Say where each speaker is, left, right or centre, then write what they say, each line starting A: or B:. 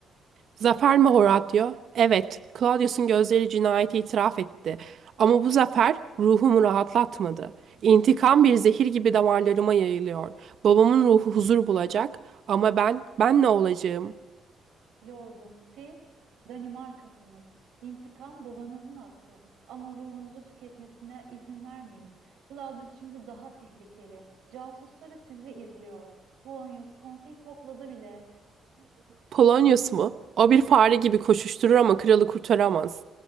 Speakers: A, on the right; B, on the right.
A: Zafer mi Horatio? Evet, Claudius'un gözleri cinayeti itiraf etti. Ama bu zafer ruhumu rahatlatmadı. İntikam bir zehir gibi damarlarıma yayılıyor. Babamın ruhu huzur bulacak ama ben, ben ne olacağım?
B: Lordum, siz Danimarkasınız. İntikam babanızın hakkı. Ama ruhunuzu tüketmesine izin vermeyin. Claudius şimdi daha tehlikeli. Casusları sizi izliyor. Polonius konseyi topladı bile.
A: Polonius mu? O bir fare gibi koşuşturur ama kralı kurtaramaz.